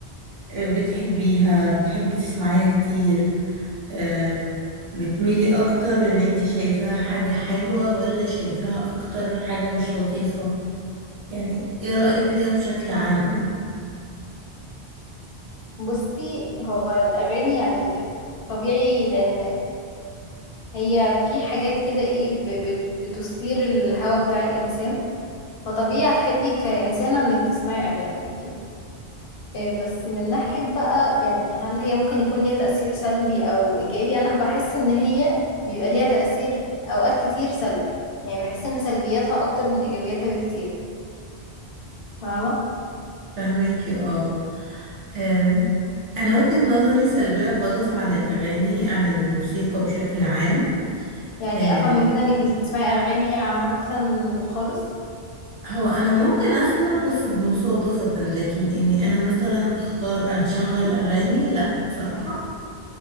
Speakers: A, on the right; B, on the left.
A: آه بتحبيها بتحبي تسمعيها كتير آه بتميلي أكتر إن انتي شايفاها حاجة حلوة ولا شايفاها أكتر حاجة مش لطيفة يعني ايه رأيك فيها بشكل عام أوي؟
B: بصي هو الأغاني يعني طبيعي لأن هي في حاجات كده ايه ب- بت- بتثير الهوى بتاع الإنسان فطبيعي هتحبي كإنسانة انك تسمعي أغاني أكيد آه، بس من ناحية بقى يعني هل هي ممكن يكون ليها تأثير سلبي أو إيجابي أنا بحس إن هي بيبقى ليها تأثير أوقات كتير سلبي يعني بحس إن سلبياتها أكتر من إيجابياتها بكتير فاهمة
A: فهماكي اه آم، أنا وجهة نظري سلبية خالص عن الأغاني عن الموسيقى بشكل عام
B: يعني
A: آه،
B: افهم من كده انك مش بتسمعي اغاني عامه خالص
A: هو انا ممكن اسمع بس بمصادفة لكن اني انا مثلا اختار اشغل اغاني لا بصراحة